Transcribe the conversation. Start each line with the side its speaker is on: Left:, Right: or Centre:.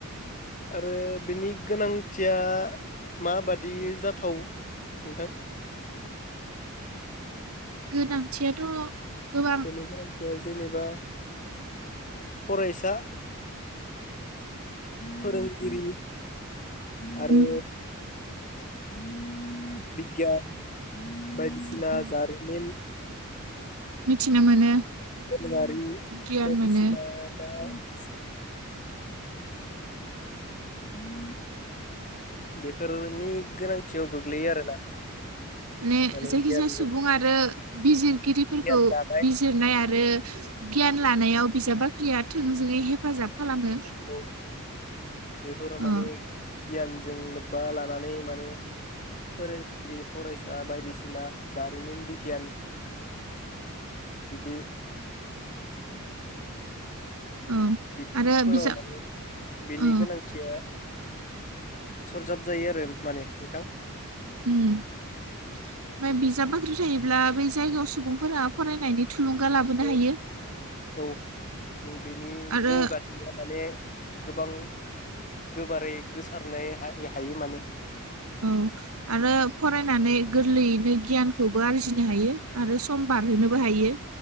Left: आरो बिनि गोनांथिया माबादि जाथाव नोंथां
Right: गोनांथियाथ गोबां
Left: बेनिफ्राय बे जेनेबा फरायसा फोरोंगिरि आरो
Right: उम
Left: <unintelligible> बिगियान बायदिसिना
Right: उम
Left: जारिमिन <inaudible>
Right: मिथिनो मोनो
Left: बारि
Right: गियान
Left: बायदि
Right: मोनो
Left: सिना बा <inaudible> <inaudible> बेफोरनि गोनांथियाव गोग्लैयो आरोना
Right: ने
Left: माने
Right: जायखिजाया
Left: गियानजों
Right: सुबुं आरो बिजिरगिरिफोरखौ
Left: गियान दानाय
Right: बिजिरनाय आरो गिया लानायाव बिजाब बाख्रिया थोंजोङै हेफाजाब खालामो
Left: औ बेफोराव माने
Right: अ
Left: गियानजों लोब्बा लानानै माने फोरोंगिरि फरायसा बायदिसिना जारिमिन बिगियान बिदि
Right: औ
Left: <unintelligible>
Right: आरो
Left: माने
Right: बिजाब
Left: बिनि
Right: औ
Left: गोनांथिया सरजाब जायो आरो माने नोंथां
Right: उम ओमफ्राय बिजाब बाख्रि थायोब्ला बै जायगायाव सुबुंफोरा फरायनायनि थुलुंगा लाबोनो
Left: औ
Right: हायो
Left: औ बेनि
Right: आरो
Left: जौगाथिया माने गोबां गोबारै गोसारनाय हा हायो माने
Right: औ आरो फरायनानै गोरलैयैनो गियानखौबो आरजिनो हायो आरो सम बारहोनोबो हायो